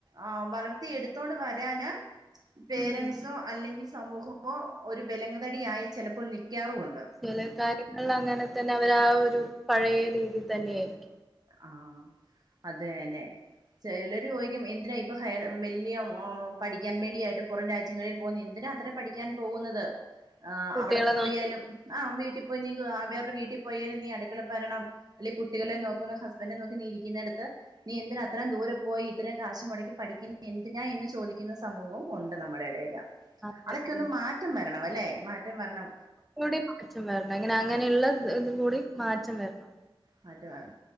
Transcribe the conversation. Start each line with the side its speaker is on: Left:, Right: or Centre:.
Right: ആഹ് വളർത്തിയെടുത്തോണ്ട് വരാന് പേരൻസോ
Centre: ഉം
Right: അല്ലെങ്കി സമൂഹമോ ഒരു വെലങ്ങ്തടിയായി ചെലപ്പോൾ നിക്കാറുവൊണ്ട്
Centre: ചെല കാര്യങ്ങളിലങ്ങനെ തന്നെ അവരാ ഒരു പഴയ രീതി തന്നെയായിരിക്കും
Right: ആ അതെയെന്നെ ചെലര് ചോയിക്കും എന്തിനാ ഇപ്പ ഹയ വല്ല്യ മ്മ് പഠിക്കാൻ വേണ്ടിയായിട്ട് പൊറം രാജ്യങ്ങളിൽ പോവുന്ന എന്തിനാ അത്ര പഠിക്കാൻ പോവുന്നത് ആ
Centre: കുട്ടികളെ
Right: അവടെ
Centre: നോക്കി
Right: പോയാലും ആ വീട്ടി പോയി നീ ആ വേറൊരു വീട്ടി പോയാലും നീ അട് ക്കള ഭരണം അല്ലെ കുട്ടികളെ
Centre: ഉം.
Right: നോക്കുന്നു ഹസ്ബന്റിനെ നോക്കി നീ ഇരിക്കുന്നേടത്ത് നീ എന്തിനാ അത്രേ ദൂരെ പോയി ഇത്രയും കാശ് മൊടക്കി പഠിക്കുന്നയെന്തിനാ എന്ന് ചോദിക്കുന്ന സമൂ വും ഒണ്ട് നമ്മടെടേൽ
Centre: അതെ
Right: അതൊക്കെയൊന്ന്
Centre: അതെ അതെ.
Right: മാറ്റം വരണം. അല്ലെ? മാറ്റം വരണം
Centre: കൂടി മാറ്റം വരണം എങ്ങനെ അങ്ങനെയുള്ള ഇതും കൂടി മാറ്റം വരണം.
Right: മാറ്റം